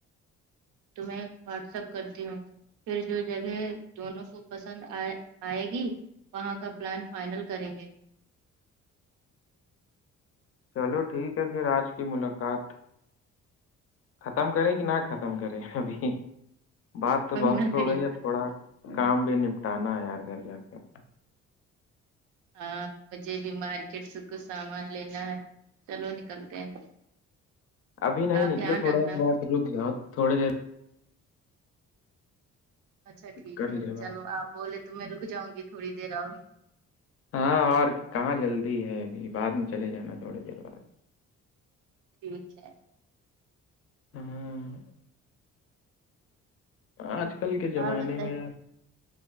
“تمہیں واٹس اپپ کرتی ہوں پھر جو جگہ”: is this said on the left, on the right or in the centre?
Right